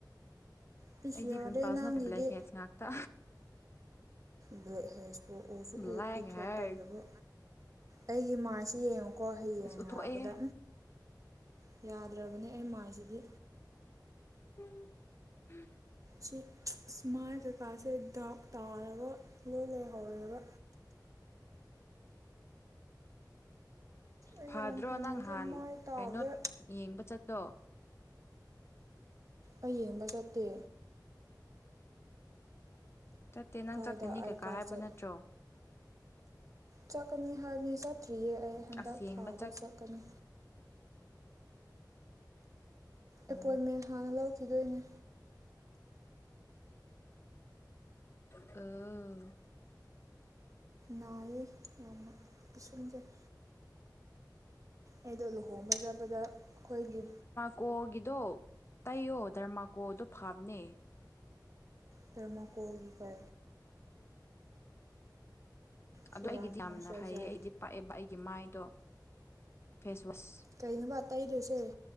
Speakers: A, on the right; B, on the left.
A: ꯄꯤꯁꯨ
B: ꯑꯩꯗꯤ
A: ꯌꯥꯗꯦ
B: ꯄꯤꯝꯄꯜꯁ
A: ꯅꯪꯒꯤꯗꯤ꯫
B: ꯅꯠꯇꯦ ꯕ꯭ꯂꯦꯛ ꯍꯦꯠꯁ ꯉꯥꯛꯇ
A: ꯕ꯭ꯂꯦꯛ ꯍꯦꯁꯄꯨ ꯎꯁꯨ
B: ꯕ꯭ꯂꯦꯛ
A: ꯎꯊꯣꯛꯇꯕꯗꯕꯨ꯫
B: ꯍꯦꯠ
A: ꯑꯩꯒꯤ ꯏꯃꯁꯤ ꯌꯦꯡꯉꯨꯀꯣ ꯍꯌꯦꯡ
B: ꯑꯁ ꯎꯠꯊꯣꯛꯑꯦꯍꯦ
A: ꯂꯥꯛꯄꯗ ꯎ ꯌꯥꯗ꯭ꯔꯕꯅꯦ ꯑꯩ ꯃꯥꯏꯁꯤꯗꯤ
B: <unintelligible>
A: ꯁꯤ ꯁꯃꯥꯏꯗ ꯀꯥꯁꯦ ꯗꯛꯇꯥꯔꯒ꯫ ꯣꯏ ꯂꯩꯍꯧꯔꯦꯕ ꯑꯩ
B: ꯐꯗ꯭ꯔꯣ
A: ꯌꯥꯝ ꯍꯩꯅꯗ꯭ꯔꯦ
B: ꯅꯪꯍꯥꯟ
A: ꯃꯥꯏ ꯇꯥꯕꯗ
B: ꯀꯩꯅꯣ ꯌꯦꯡꯕ ꯆꯠꯇꯣ
A: ꯑꯩ ꯌꯦꯡꯕ ꯆꯠꯇꯦ꯫
B: ꯆꯠꯇꯦ ꯅꯪ
A: ꯀꯥꯏꯗ
B: ꯆꯠꯀꯅꯤ
A: ꯑꯩ
B: ꯀꯩꯀꯥ
A: ꯀꯥꯏ
B: ꯍꯥꯏꯕ
A: ꯆꯠ
B: ꯅꯠꯇ꯭ꯔꯣ
A: ꯆꯠꯀꯅꯤ ꯍꯥꯏꯕꯅꯤ ꯆꯠꯇ꯭ꯔꯤꯌꯦ ꯑꯩ ꯍꯟꯗꯛ
B: ꯑꯁ ꯌꯦꯡꯕ
A: ꯊꯥꯗ ꯆꯠꯀꯅꯤ꯫ ꯑꯦꯄꯣꯏꯟꯃꯦꯟ
B: ꯑ
A: ꯍꯥꯟꯅ ꯂꯧꯈꯤꯗꯣꯏꯅꯦ
B: ꯑ
A: ꯅꯥꯏꯌꯦ ꯌꯥꯝꯅ ꯏꯁꯨꯡꯖꯩ ꯑꯩꯗꯣ ꯂꯨꯍꯣꯡꯕ ꯆꯠꯕꯗ ꯑꯩꯈꯣꯏꯒꯤ
B: ꯀꯣꯒꯤꯗꯣ ꯇꯩꯌꯣ ꯗꯔꯃꯥꯀꯣꯗꯣ ꯐꯥꯕꯅꯦ
A: ꯊꯔꯃꯣꯀꯣꯜꯒꯤ ꯀ ꯁꯤꯔꯥꯝ
B: ꯑꯗꯣ ꯑꯩꯒꯤꯗꯤ ꯌꯥꯝꯅ
A: ꯃꯣꯏꯆꯔꯥꯏꯖꯔ
B: ꯐꯩꯌꯦ ꯑꯩꯗꯤ ꯄꯥꯛꯑꯦꯕ ꯑꯩꯒꯤ ꯃꯥꯏꯗꯣ ꯐꯦꯁꯋꯥꯁ
A: ꯀꯩꯅꯣꯕ ꯇꯩꯗꯣꯏꯁꯦ